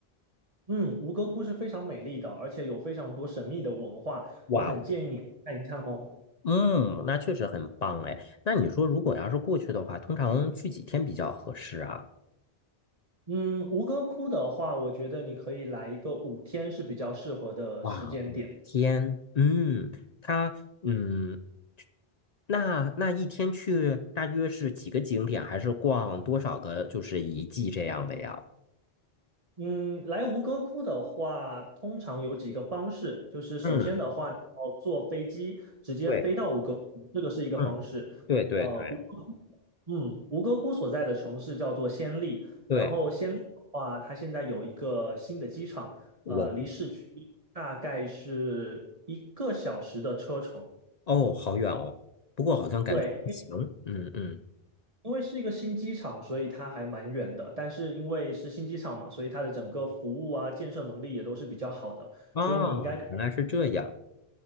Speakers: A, on the right; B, on the left.
A: 嗯，吴哥窟是非常美丽的，而且有非常多神秘的文化，
B: 哇哦，
A: 我很建议你看一看哦。
B: 嗯，那确实很棒哎。那你说，如果要是过去的话，通常去几天比较合适啊？
A: 嗯，吴哥窟的话，我觉得你可以来一个五天是比较适合的时间点。
B: 哇哦，天，嗯，他，嗯，那那一天去大约是几个景点，还是逛多少个就是遗迹这样的呀？
A: 嗯，来吴哥窟的话，通常有几个方式，就是首先的话，
B: 嗯。
A: 你要坐飞机直接飞到吴哥窟，
B: 对。
A: 这个是一个方式。
B: 嗯，对对对
A: 呃，吴嗯，吴哥窟所在的城市叫做暹粒，
B: 对，
A: 然后暹粒的话，它现在有一个新的机场，
B: 我
A: 呃，离市区大概是一个小时的车程。
B: 哦，好远哦，不过好像感觉还行，
A: 对，
B: 嗯嗯，
A: 因为是一个新机场，所以它还蛮远的。但是因为是新机场嘛，所以它的整个服务啊、建设能力也都是比较好的。
B: 啊，
A: 所以你应该
B: 原来是这样，